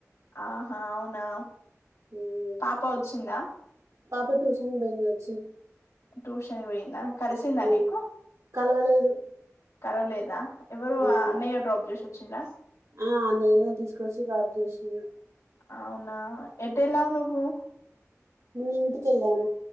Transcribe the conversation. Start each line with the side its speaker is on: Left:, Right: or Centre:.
Left: ఆహా అవునా
Right: ఉమ్
Left: పాప వచ్చిందా
Right: పాప ట్యూషన్ పోయింద వచ్చి
Left: దోష పోయిందా కలిసిందానీకు
Right: ఆ కలవలేదు
Left: కలవలేద ఎవరు
Right: ఆహా
Left: అయ్య డ్రాప్ చేస చిన్న
Right: ఆ ఆన్లైనే తీసుకొచ్చి డ్రాప్ చేసి
Left: అవునా ఎట ఎలా ఉన్న పోూ
Right: మీ ఇంటికెళ్లేన